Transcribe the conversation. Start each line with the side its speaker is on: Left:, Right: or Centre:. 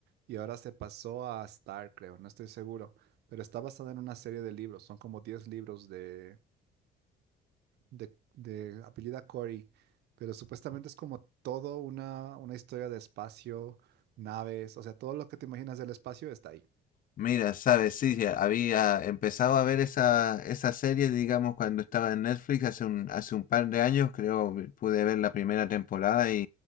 Right: y ahora se pasó a Star, creo, no estoy seguro, pero está basada en una serie de libros, son como 10 libros de, de, de apellida Corey, pero supuestamente es como todo una, una historia de espacio, naves, o sea, todo lo que te imaginas del espacio está ahí.
Left: Mira, sabes, sí, ya había empezado a ver esa, esa serie, digamos, cuando estaba en Netflix hace un, hace un par de años, creo, pude ver la primera temporada